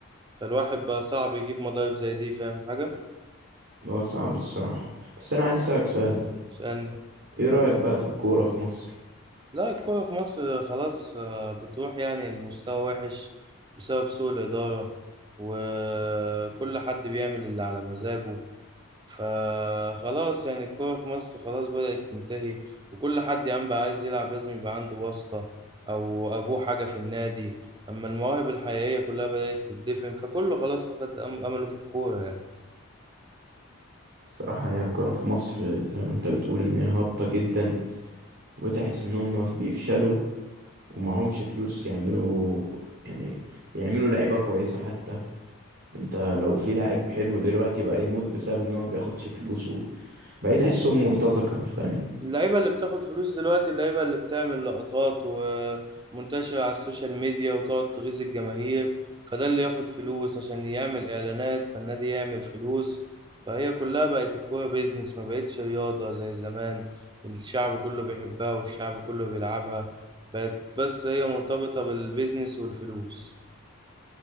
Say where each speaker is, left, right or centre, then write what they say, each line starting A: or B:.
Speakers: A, on the right (about 20°); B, on the right (about 50°).
A: فالواحد بقى صعب يجيب مضارب زي دي فاهم حاجة؟
B: هو صعب الصراحة بس أنا عايز أسألك سؤال
A: اسألني
B: إيه رأيك بقى في الكورة في مصر؟
A: لا الكورة في مصر خلاص آه، بتروح يعني المستوى وحش بسبب سوء الإدارة وكل حد بيعمل اللي على مزاجه فخلاص يعني الكورة في مصر خلاص بدأت تنتهي وكل حد يا عم بقى عايز يلعب لازم يبقى عنده واسطة أو أبوه حاجة في النادي أما المواهب الحقيقية كلها بدأت تدفن فكله خلاص فقد أم- أمله في الكورة يعني.
B: الصراحة هي الكورة في مصر زي ما أنت بتقول إن هي هابطة جدا وتحس ان هم بيفشلوا ومعهمش فلوس يعملوا يعني يعملوا لعيبة كويسة حتى انت لو في لاعب حلو دلوقتي بقى يموت بسبب ان هو ما بياخدش فلوسه بقيت احسهم مرتزقة فاهم
A: اللعيبة اللي بتاخد فلوس دلوقتي اللعيبة اللي بتعمل لقطات ومنتشرة على السوشيال ميديا وتقعد تغيظ الجماهير فده اللي ياخد فلوس عشان يعمل إعلانات فالنادي يعمل فلوس فهي كلها بقت الكورة بيزنس ما بقتش رياضة زي زمان الشعب كله بيحبها والشعب كله بيلعبها بقت بس هي مرتبطة بالبيزنس والفلوس